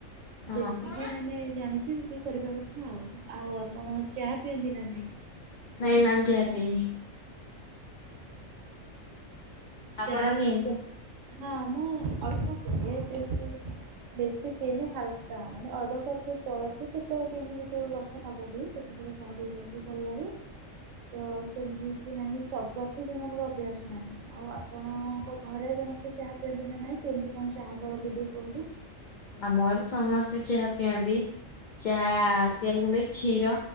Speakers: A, on the left; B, on the right.
A: ହଁ
B: ଯେତିକି ମାନେ ଜାଣିଛେ ସେତିକି କରିବା କଥା ଆଉ ଆପଣ ଚାହା ପିଇବେ ନା ନାହିଁ।
A: ନାଇଁ ନା ମୁଁ ଚା ପିଏନି। ଆପଣ
B: ଚାର
A: ପିଅନ୍ତି?
B: ହଁ ମୁଁ ଅଳ୍ପ ପିଏ ସେ ସବୁ। ବେଶି ପିଏନି ହାଲକା ମାନେ ଅଧ କପ୍ ତଳକୁ <unintelligible> ସେତେବେଳେ ଚାହା ପିଇବାକୁ ଭଲ ଲାଗେ ତ ସେମିତି କିଛି ନାହିଁ ପ୍ରତେକଦିନ ମୋର ଅଭ୍ୟାସ। ଆଉ ଆପଣଙ୍କ ଘରେ ସମସ୍ତେ ଚାହା ପିଅନ୍ତି ନା ନାଇଁ କେମିତି କଣ ଚାହା ପିଅନ୍ତି। ସେ କୁହନ୍ତୁ।
A: ଆମ ଏ ବି ସମସ୍ତେ ଚାହା ପିଅନ୍ତି। ଚାହା ତିଆରି କଲେ କ୍ଷୀର